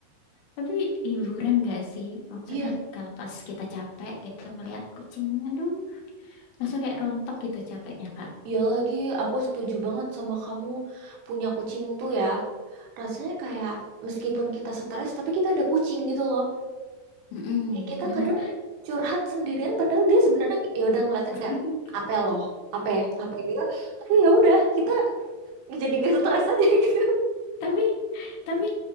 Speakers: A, on the left; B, on the right.
A: Tapi hiburan gak sih? Maksudnya
B: Iya,
A: kalau pas kita capek gitu ngelihat kucing, aduh, langsung kayak rontok gitu capeknya Kak.
B: iya lagi. Aku setuju banget sama kamu punya kucing tuh ya. Rasanya kayak meskipun kita stres, tapi kita ada kucing gitu loh.
A: Mm-mm,
B: kayak kita
A: bener.
B: kadang curhat sendirian padahal dia sebenarnya ya udah ngeliatin
A: <laughs>
B: kayak apa loh apa apa gitu tapi ya udah kita jadi nggak stres aja <laughs> gitu
A: tapi tapi